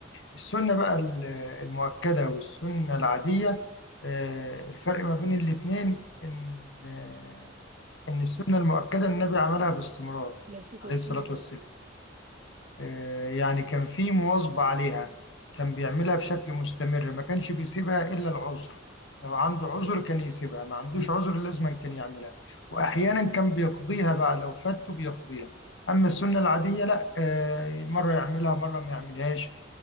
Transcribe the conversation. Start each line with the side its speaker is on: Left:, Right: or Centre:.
Left: السنة بقى ال- المؤكدة والسنة العادية آه، الفرق ما بين الاتنين إن آه، إن السنة المؤكدة النبي عملها باستمرار
Right: عليه الصلاة
Left: عليه
Right: والسلام
Left: الصلاة والسلام آه، يعني كان في مواظبة عليها كان بيعملها بشكل مستمر ما كانش بيسيبها إلا العذر لو عنده عذر كان يسيبها ما عندوش عذر لازما كان يعملها وأحيانا كان بيقضيها بقى لو فاته بيقضيها أما السنة العادية لا آه، مرة يعملها مرة ما يعملهاش